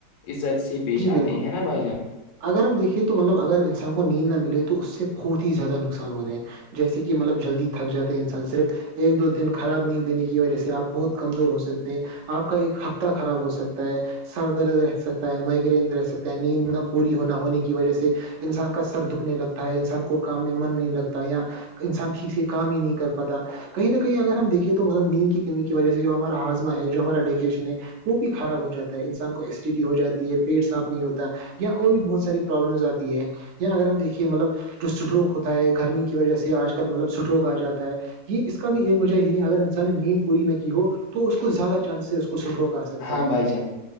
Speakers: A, on the left; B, on the right.
A: عزت سے پیش
B: جی
A: آتے
B: بالکل
A: ہیں نا بھائی جان
B: اگر ہم دیکھیںے تو مطلب اگر انسان کو نیند نہ ملے تو اس سے بہت ہی زیادہ نقصان ہو رہے ہیں جیسے کہ مطلب جلدی تھک جاتے ہیں انسان صرف ایک دو دن خراب نہیں لینے کی وجہ سے آپ بہت کمزور ہو سکتے ہیں آپ کا ایک ہفتہ خراب ہو سکتا ہے سر درد رہ سک مائگرین رہ سکتا ہے نیند نہ پوری ہو نہ ہونے کی وجہ سے انسان کا سر دکھنے لگتا ہے انسان کو کام میں من نہیں لگتا ہے یا انسان ٹھیک سے کام ہی نہیں کر پاتا کہیں نہ کہیں اگر ہم دیکے تو مطلب نیند کی کمی کی وجہ سے جو ہمارا ہاضا ہے جو ہمارا ڈائجیشن ہے وہ بھی خراب ہو جاتا ہے انسان کو ایس ٹی ڈی ہو جاتا پیٹ صاف نہیں ہوتا یا اور بھی بہت ساری پرابلمز آتی ہے یا اگر ہم دیکھیے مطلب جو سٹروک ہوتا ہے گرمی کی وجہ سے آج کل مطلب سٹروک آ جاتا ہے یہ اس کا بھی ایک وجہ یہ ہے اگر انسان نے نیند پوری نہ کی ہو تو اس کو زیادہ چانسز کو سٹرو کہ سکتا
A: ہاں
B: ہے
A: بھائی جان